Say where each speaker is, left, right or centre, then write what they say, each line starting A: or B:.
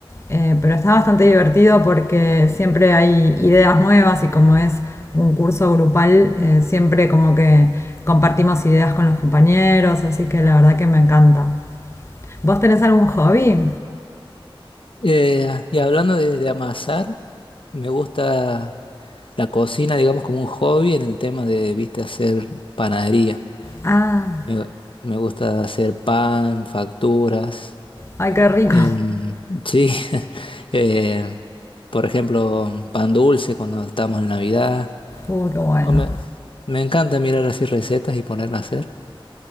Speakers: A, on the left; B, on the left.
A: eh, pero está bastante divertido porque siempre hay ideas nuevas y como es un curso grupal, eh, siempre como que compartimos ideas con los compañeros, así que la verdad que me encanta. ¿Vos tenés algún hobby?
B: Eh, ah, y hablando de, de amasar, me gusta la cocina, digamos, como un hobby en el tema de, viste, hacer panadería.
A: Ah,
B: Me, me gusta hacer pan, facturas.
A: ay, qué rico.
B: En- sí, <laughs> eh, por ejemplo, pan dulce cuando estamos en Navidad.
A: Uh, qué bueno.
B: O Me, me encanta mirar así recetas y ponerme a hacer.